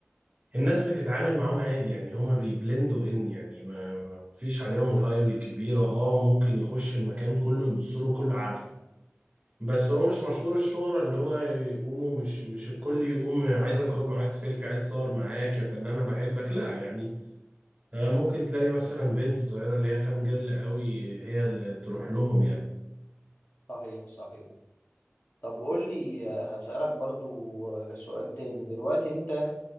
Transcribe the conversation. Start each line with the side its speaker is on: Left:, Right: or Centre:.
Right: الناس بتتعامل معاهم عادي يعني هما بيبلندوا ان يعني ما ما فيش عليهم الهايب الكبيره اه ممكن يخش المكان كله يبص له كله عارفه بس هو مش مشهور الشهرة اللي هو يقوموا مش مش الكل يقوم عايز اخد معاك سيلفي عايز اتصور معاك يا فنان انا بحبك لا يعني آه، ممكن تلاقي مثلا بنت صغيرة اللي هي فان جيرل قوي هي اللي تروح لهم يعني
Left: صحيح صحيح طب قول لي هسألك برضو آه، سؤال تاني دلوقتي انت